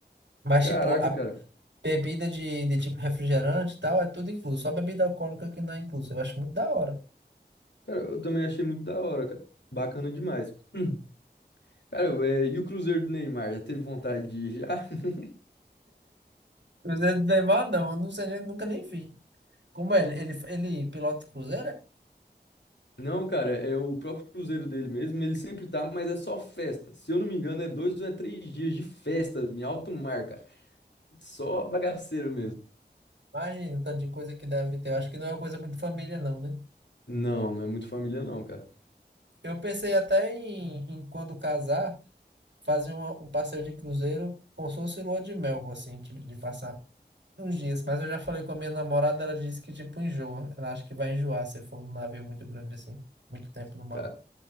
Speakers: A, on the right (about 85°); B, on the left (about 80°).
A: Mas
B: Caraca,
A: tipo, a
B: cara.
A: bebida de, de tipo refrigerante e tal, é tudo incluso. Só bebida alcoólica que não é incluso. Eu acho muito da hora.
B: Cara, eu também achei muito da hora, cara. Bacana demais. Hum. Cara, é, e o Cruzeiro do Neymar? Já teve vontade de ir já? <laughs>
A: Cruzeiro do Neymar, não. Eu não sei, nem, nunca nem vi. Como é? Ele, ele pilota o Cruzeiro? é?
B: Não, cara, é o próprio Cruzeiro dele mesmo. Ele sempre tá, mas é só festa. Se eu não me engano, é dois ou é três dias de festa em alto mar, cara. Só bagaceiro mesmo.
A: Imagina, o tanto de coisa que deve ter. Eu acho que não é uma coisa muito família, não, né?
B: Não, não é muito família, não, cara.
A: Eu pensei até em, em quando casar, fazer uma- um passeio de cruzeiro como se fosse lua de mel, assim, de, de passar uns dias. Mas eu já falei com a minha namorada, ela disse que, tipo, enjoa. Ela acha que vai enjoar se for num navio muito grande, assim, muito tempo no mar.
B: Ca-